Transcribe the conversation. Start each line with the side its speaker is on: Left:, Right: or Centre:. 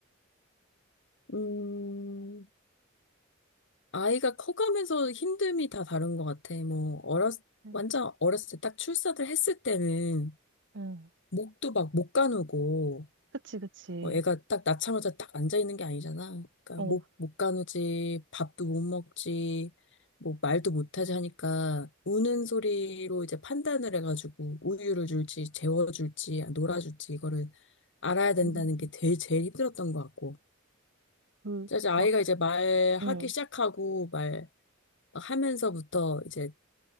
Left: 음. 아이가 커가면서 힘듦이 다 다른 것 같아. 뭐, 어렸,
Right: 아, 응.
Left: 완전 어렸을 때 딱 출산을 했을 때는
Right: 응.
Left: 목도 막 못 가누고,
Right: 그치, 그치.
Left: 뭐 애가 딱 낳자마자 딱 앉아있는 게 아니잖아. 그러니까
Right: 어,
Left: 목, 못 가누지, 밥도 못 먹지, 뭐 말도 못하지 하니까 우는 소리로 이제 판단을 해가지고 우유를 줄지, 재워줄지, 놀아줄지 이거를 알아야 된다는
Right: 음,
Left: 게 제일, 제일 힘들었던 것 같고.
Right: 그,
Left: 이제 아이가
Right: 막,
Left: 이제 말하기
Right: 응,
Left: 시작하고 말, 막 하면서부터 이제